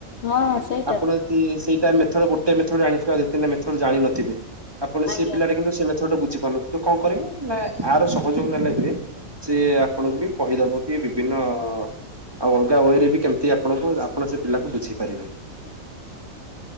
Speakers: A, on the left; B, on the right.
A: ହଁ ସେଇଟା
B: ଆପଣ ଯି ସେଇଟା ମେଥଡ ଗୋଟେ ସେ ମେଥଡ ଆଣିଥିବତିନିା ମେଥଡ ଜାିନଥିବ ଆପଣ
A: ଆଜ୍ଞା।
B: ସେ ପିଲା କିନ୍ତ ସେ ପିଲାଟା ମେଥଡରେ ବୁଝିପାରୁନଥିବ। ତ କଣ କରିବୁ ନା ଆହାର ସହଯୋଗ ନେଲା କି ସିଏ ଆପଣଙ୍କୁ ବି କହିଦବ କି ବିଭିନ୍ନ ଆଉ ଅଲଗା ୱେରେ ବି କେମିତି ଆପଣଙ୍କୁ ଆପଣ ସେ ପିଲାକୁ ବୁଝିପାରିବେ